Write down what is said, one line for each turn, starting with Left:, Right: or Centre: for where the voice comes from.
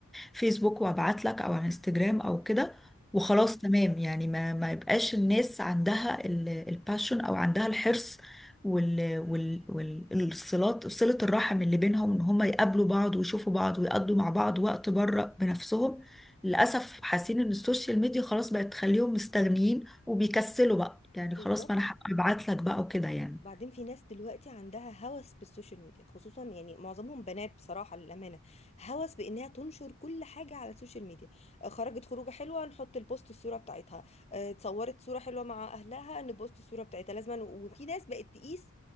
Centre: الفيسبوك وابعت لك او على انستجرام او كده وخلاص تمام يعني ما ما يبقاش الناس عندها الباشن او عندها الحرص وال... وال... والصلات صلة الرحم اللي بينهم ان هم يقابلوا بعض ويشوفوا بعض ويقضوا مع بعض وقت بره بنفسهم للأسف حاسين ان السوشيال ميديا خلاص بقت تخليهم مستغنيين وبيكسلوا بقى يعني
Left: بالظبط
Centre: خلاص ما انا هبقى ابعت لك بقى وكده يعني
Left: وبعدين في ناس دلوقتي عندها هوس بالسوشيال ميديا خصوصا يعني معظمهم بنات بصراحة للأمانة هوس بإنها تنشر كل حاجة على السوشيال ميديا آه، خرجت خروجة حلوة نحط البوست الصورة بتاعتها آه، اتصورت صورة حلوة مع أهلها نبوست الصورة بتاعتها لازما وفي ناس بقت تقيس